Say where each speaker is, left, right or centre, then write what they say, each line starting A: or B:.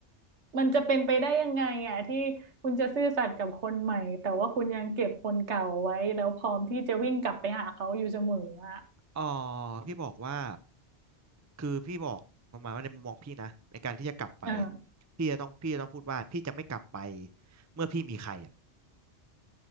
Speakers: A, on the right; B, on the right.
A: มันจะเป็นไปได้ยังไงอ่ะที่คุณจะซื่อสัตย์กับคนใหม่แต่ว่าคุณยังเก็บคนเก่าไว้แล้วพร้อมที่จะวิ่งกลับไปหาเขาอยู่เสมออ่ะ
B: อ๋อพี่บอกว่าคือพี่บอกประมาณว่าในมุมมองพี่นะในการที่จะกลับไปอ่ะพี่จะต้องพี่จะต้องพูดว่าพี่จะไม่กลับไป
A: เออ
B: เมื่อพี่มีใครอ่ะ